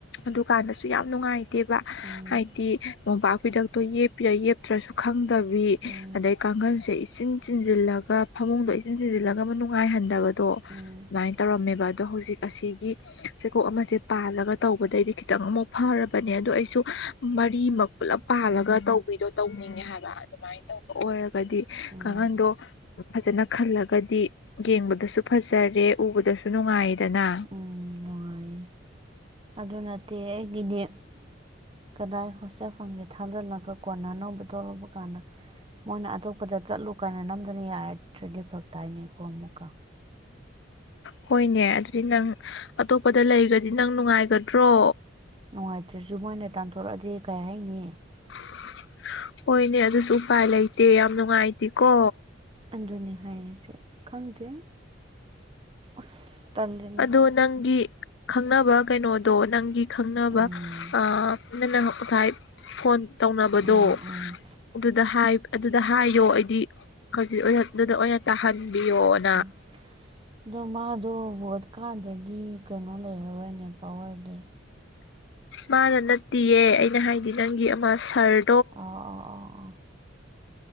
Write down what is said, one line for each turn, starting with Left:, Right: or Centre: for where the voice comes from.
Left: ꯑꯗꯨꯀꯥꯟꯗꯁꯨ ꯌꯥꯝ ꯅꯨꯡꯉꯥꯏꯇꯦꯕ
Right: ꯎꯝ
Left: ꯍꯥꯏꯗꯤ ꯃꯣꯄꯥꯛꯄꯤꯗꯛꯇꯣ ꯌꯦꯄꯤꯔꯥ ꯌꯦꯞꯇ꯭ꯔꯁꯨ ꯈꯪꯗꯕꯤ
Right: ꯎꯝ
Left: ꯑꯗꯩ ꯀꯥꯡꯈꯜꯁꯦ ꯏꯆꯤꯟ ꯆꯤꯟꯖꯤꯜꯂꯒ ꯐꯃꯨꯡꯗꯣ ꯏꯟꯆꯤꯟ ꯆꯤꯟꯖꯤꯜꯂꯒ ꯑꯃ ꯅꯨꯡꯉꯥꯏꯍꯟꯗꯕꯗꯣ ꯑꯗꯨꯃꯥꯏꯅ
Right: ꯎꯝ
Left: ꯇꯧꯔꯝꯃꯦꯕ ꯑꯗꯣ ꯍꯧꯖꯤꯛ ꯑꯁꯤꯒꯤ ꯆꯩꯀꯣꯛ ꯑꯃꯁꯦ ꯄꯥꯜꯂꯒ ꯇꯧꯕꯗꯩꯗꯤ ꯈꯤꯇꯪ ꯑꯍꯨꯛ ꯐꯔꯕꯅꯦ ꯑꯗꯨ ꯑꯩꯁꯨ ꯃꯔꯤꯃꯛ ꯄꯨꯂꯞ ꯄꯥꯟꯂꯒ ꯇꯧꯕ ꯍꯨꯏꯗꯣ ꯇꯧꯅꯤꯡꯉꯦ ꯍꯥꯏꯕ ꯑꯗꯨꯃꯥꯏꯅ ꯇꯧꯕ ꯑꯣꯏꯔꯒꯗꯤ
Right: ꯎꯝ
Left: ꯀꯥꯡꯈꯟꯗꯣ ꯐꯖꯅ ꯈꯜꯂꯒꯗꯤ ꯌꯦꯡꯕꯗꯁꯨ ꯐꯖꯔꯦ ꯎꯕꯗꯁꯨ ꯅꯨꯡꯉꯥꯏꯗꯅ
Right: ꯎꯝ ꯅꯨꯡꯉꯥꯏꯌꯦ ꯑꯗꯨ ꯅꯠꯇꯦ ꯑꯩꯒꯤꯗꯤ ꯀꯗꯥꯏ ꯍꯣꯁꯇꯦꯜ ꯐ꯭ꯔꯣꯝꯁꯦ ꯊꯥꯖꯤꯜꯂꯒ ꯀꯣꯟꯅ ꯑꯅꯧꯕ ꯊꯣꯛꯂꯛꯄ ꯀꯥꯟꯗ ꯃꯣꯏꯅ ꯑꯇꯣꯞꯄꯗ ꯆꯠꯂꯨ ꯀꯥꯏꯅ ꯅꯝꯗꯅ ꯌꯥꯔꯛꯗ꯭ꯔꯗꯤ ꯐꯥꯔꯛꯇꯏꯅꯦꯀꯣ ꯑꯃꯨꯛꯀ
Left: ꯍꯣꯏꯅꯦ ꯑꯗꯨꯗꯤ ꯅꯪ ꯑꯇꯣꯞꯄꯗ ꯂꯩꯒ꯭ꯔꯗꯤ ꯅꯪ ꯅꯨꯡꯉꯥꯏꯒꯗ꯭ꯔꯣ
Right: ꯅꯨꯡꯉꯥꯏꯇ꯭ꯔꯁꯨ ꯃꯣꯏꯅ ꯇꯥꯟꯊꯣꯔꯛꯑꯗꯤ ꯑꯩ ꯀꯩ ꯍꯥꯏꯅꯤ
Left: <unintelligible> ꯍꯣꯏꯅꯦ ꯑꯗꯨꯁꯨ ꯎꯄꯥꯏ ꯂꯩꯇꯦ ꯌꯥꯝ ꯅꯨꯡꯉꯥꯏꯇꯦꯀꯣ
Right: ꯑꯗꯨꯅꯤ ꯍꯥꯏꯔꯤꯁꯦ ꯈꯪꯗꯦ ꯑꯁ ꯇꯜꯂꯦꯅꯦ
Left: ꯑꯗꯣ ꯅꯪꯒꯤ ꯈꯪꯅꯕ ꯀꯩꯅꯣꯗꯣ ꯅꯪꯒꯤ ꯈꯪꯅꯕ
Right: ꯎꯝ
Left: ꯑ ꯅꯪꯅ ꯉꯁꯥꯏ ꯐꯣꯟ ꯇꯧꯅꯕꯗꯣ
Right: ꯎꯝ ꯎꯝ
Left: ꯑꯗꯨꯗ ꯍꯥꯏ ꯑꯗꯨꯗ ꯍꯥꯏꯌꯣ ꯑꯩꯗꯤ ꯈꯖꯤꯠ ꯑꯗꯨꯗ ꯑꯣꯏꯅ ꯇꯥꯍꯟꯕꯤꯌꯣꯅ
Right: ꯎꯝ ꯑꯗꯣ ꯃꯥꯗꯣ ꯚꯣꯠ ꯀꯥꯟꯗ꯭ꯔꯗꯤ ꯀꯩꯅꯣ ꯂꯩꯔꯔꯣꯏꯅꯦ ꯄꯋꯥꯔꯗꯤ
Left: ꯃꯥꯅ ꯅꯠꯇꯦꯌꯦ ꯑꯩꯅ ꯍꯥꯏꯗꯤ ꯅꯪꯒꯤ ꯑꯃ ꯁꯔ
Right: ꯑꯣ ꯑꯣ ꯑꯥꯣ ꯑꯣ